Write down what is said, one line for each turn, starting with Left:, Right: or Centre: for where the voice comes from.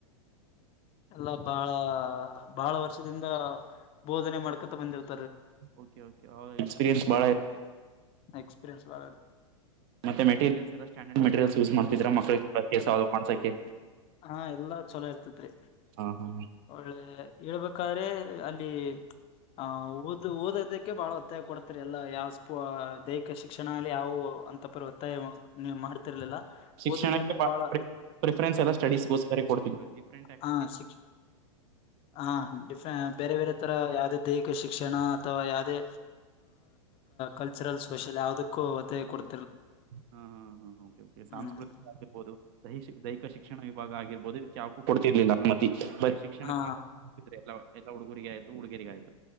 Left: ಎಲ್ಲ ಬಾಳ ಬಹಳ ವರ್ಷದಿಂದ ಬೋಧನೆ ಮಾಡ್ಕೊತಾ ಬಂದಿರುತ್
Right: ಓಕೆ ಓಕೆ ಅವಾಗ ಎಕ್ಸ್ಪೀರಿಯೆನ್ಸ್ ಬಾಳ ಇರುತ್ತೆ.
Left: ಎಕ್ಸ್ಪೀರಿಯನ್ಸ್ಳ.
Right: ಮತ್ತೆ ಮೆಟೀರಿಯಲ್ಸ್ ಎಲ್ಲ ಸ್ಟ್ಯಾಂಡರ್ಡ್ ಮೆಟೀರಿಯಲ್ಸ್ ಯೂಸ್ ಮಾಡ್ತಿದ್ರ ಮಕ್ಳಿಗೆ ಕೂಡ ಕೆಲಸ
Left: ಎ
Right: ಅದು ಮಾಡ್ಸಕ್ಕೆ.
Left: ಹಾ ಎಲ್ಲಾ ಚಲೋ ಇರ್ತೇತ್ರಿ.
Right: ಹಾ ಹಾ
Left: ಒಳ್ಳೆ ಹೇಳ್ಬೇಕಾದ್ರೆ ಅಲ್ಲಿ ಆ ಊದ ಇದು ಓದೋದಕ್ಕೆ ಬಹಳ ಒತ್ತಾಯ ಕೊಡ್ತಾರೆ ಎಲ್ಲ ಯಾವ ಸ್ಪ ದೈಹಿಕ ಶಿಕ್ಷಣದಲ್ಲಿ ಯಾವವು ಅಂತಪರ ಒತ್ತಾಯ ವನ್ನು ಮಾಡ್ತಿರ್ಲಿಲ್ಲ.
Right: ಶಿಕ್ಷಣಕ್ಕೆ
Left: ಓದೋದನ್ನೇ ಬಹಳ
Right: ಪ್ರಿಫರೆನ್ಸ್ ಎಲ್ಲ ಸ್ಟಡೀಸ್ಗೋಸ್ಕರ ಕೊಡ್ತಿದ್ರು ಡಿಫರೆಂಟ್ ಆಗಿ.
Left: ಹಾ ಸಿ ಹ ಬೇರೆ ಬೇರೆ ತರ ಯಾವ್ದ ದೈಹಿಕ ಶಿಕ್ಷಣ ಅಥವಾ ಯಾವುದೇ ಕಲ್ಚರಲ್ ಸೋಷಿಯಲ್ ಯಾವುದ ಕು ಒತ್ತಾಯ ಕೋಡ್
Right: ಹಾ ಹಾ ಹಾ ಸಾಂಸ್ಕೃತಿಕ
Left: ಹ್ಮ್
Right: ಆಗಿರ್ಬೋದು ದಹಿಕ ಶಿಕ. ದೈಹಿಕ ಶಿಕ್ಷಣ ವಿಭಾಗ ಆಗಿರ್ಬೋದು ಯಾವ್ದಕ್ಕೂ ಕೊಡ್ತಿರ್ಲಿಲ್ಲ ನ. ಬರಿ ಶಿಕ್ಷಣಕ್ಕೆ
Left: ಹಾ
Right: ಮಾತ್ರಿದ್ರ ಎಲ್ಲ ಎಲ್ಲ ಹುಡುಗರಿಗೆ ಆಯ್ತು ಹುಡುಗರಿಗೆ ಆಯ್ತು.